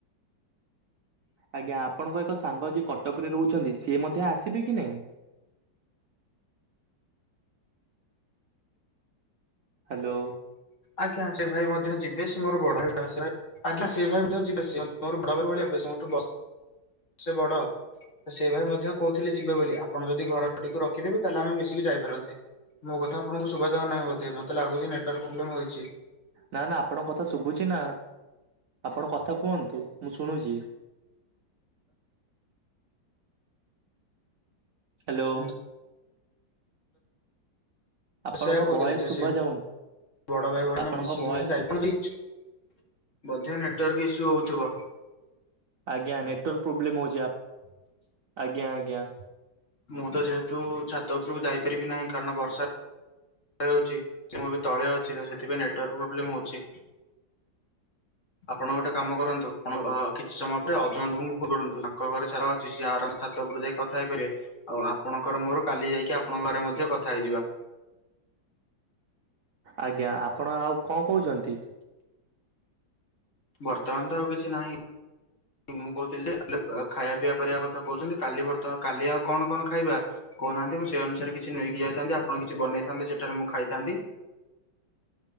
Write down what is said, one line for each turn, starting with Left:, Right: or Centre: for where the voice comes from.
Right: ଆଜ୍ଞା ଆପଣଙ୍କ ଏକ ସାଙ୍ଗ ଯିଏ କଟକରେ ରହୁଛନ୍ତି ସିଏ ମଧ୍ୟ ଆସିବେ କି ନାହିଁ? ହ୍ୟାଲୋ?
Left: ଆଜ୍ଞା, ସେ ଭାଇ ମଧ୍ୟ ଯିବେ ସେ ମୋର ବଡ ଭାଇ <unintelligible> ଭାଇ। ଆଜ୍ଞା ସେ ଭାଇ ବି ତ ଯିବେ ସେ ମୋର ବଡ ଭାଇ ଭଳିଆ, ବେଶ୍ ମୋଠୁ ବର୍ ବର୍ଷେ ବଡ଼। ତ ସେଇ ଭାଇ ମଧ୍ୟ କହୁଥିଲେ ଯିବେ ବୋଲି ଆପଣ ଯଦି ଘରଟିକୁ ରଖିଦେବେ ତାହେଲେ ଆମେ ମିଶିକି ଯାଇପାରନ୍ତେ। ମୋ କଥା ଆପଣଙ୍କୁ ଶୁଭାଯଉ ନାହିଁ ବୋଧେ ମତେ ଲାଗୁଛି ନେଟୱାର୍କ ପ୍ରୋବ୍ଲେମ୍ ହୋଇଛି।
Right: ନା-ନା ଆପଣଙ୍କ କଥା ଶୁଭୁଛି ନା, ଆପଣ କଥା କୁହନ୍ତୁ ମୁଁ ଶୁଣୁଛି। ହ୍ୟାଲୋ।
Left: ମୁଁ
Right: ଆପଣଙ୍କ
Left: ସେଇୟା କହୁଥିଲି
Right: ଭଏସ
Left: ଯେ
Right: ଶୁଭା
Left: ସେ
Right: ଯାଉନି
Left: ବଡ ଭାଇ ଭଉଣୀ
Right: ଆପଣଙ୍କ
Left: ମିଶିକି
Right: ଭଏସ
Left: ମାନେ ଯାଇପାରିବୁ
Right: ଶୁ
Left: <inaudible> ବୋଧେ ନେଟୱାର୍କ ଇସ୍ୟୁ ହଉଥିବ।
Right: ଆଜ୍ଞା ନେଟୱାର୍କ ପ୍ରୋବ୍ଲେମ୍ ହଉଛି, ଆ ଆଜ୍ଞା-ଆଜ୍ଞା।
Left: ମୁଁ ତ ଯେହେତୁ ଛାତ ଉପରକୁ ଯାଇପାରିବି ନାହିଁ କାରଣ ବର୍ଷା ରହୁଛି, ମୁଁ ଏବେ ତଳେ ଅଛି ତ ସେଥିପାଇଁ ନେଟୱାର୍କ ପ୍ରୋବ୍ଲେମ୍ ହଉଛି। ଆପଣ ଗୋଟେ କାମ କରନ୍ତୁ, ଆପଣ-ଅ-ଅ କିଛି ସମୟ ପରେ ଅଜୟ ବାବୁଙ୍କୁ ଫୋନ୍ କରନ୍ତୁ ତାଙ୍କ ଘରେ ସାର ଅଛି ସିଏ ଆରାମସେ ଛାତ ଉପରୁ ଯାଇ କ କଥା ହେଇପାରିବେ ଆଉ ଆପଣଙ୍କର ମୋର କାଲି ଯାଇକି ଆପଣଙ୍କ ଘରେ ମଧ୍ୟ କଥା ହେଇଯିବା।
Right: ଆଜ୍ଞା, ଆପଣ ଆଉ କଣ କହୁଛନ୍ତି?
Left: ବର୍ତ୍ତମାନ ତ ଆଉ କିଛି ନାହିଁ। ମୁଁ କହୁଥିଲି କାଲି ଖାଇବା ପିଆ କରିବା କଥା କହୁଛନ୍ତି କାଲି ବର୍ତ୍ତମା କାଲି ଆଉ କଣ କଣ ଖାଇବା? କହୁନାହାନ୍ତି ମୁଁ ସେଇ ଅନୁସାରେ କିଛି ନେଇକି ଯାଇଥାନ୍ତି ଆପଣ କିଛି ବନେଇଥାନ୍ତେ ସେଠାରେ ମୁଁ ଖାଇଥାନ୍ତି।